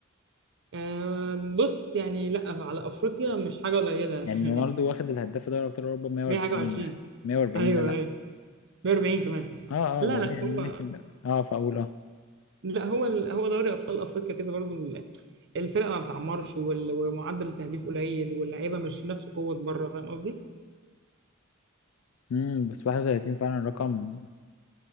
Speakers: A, on the right; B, on the left.
A: آه بص يعني لا على افريقيا مش حاجه قليله
B: يعني
A: <laughs> يعني
B: رونالدو واخد الهداف دوري ابطال اوروبا 140
A: 100 حاجه و20
B: يعني 140
A: ايوه
B: لا لا
A: ايوه 140 كمان
B: اه
A: لا
B: اه ده
A: لا
B: مي-
A: هم
B: ميسي ده. اه فاقول اه
A: لا هو ال... هو دوري ابطال افريقيا كده برضو ال- الفرقه ما بتعمرش وال... ومعدل التهديف قليل واللعيبه مش نفس قوه بره فاهم قصدي؟
B: امم بس 31 فعلا رقم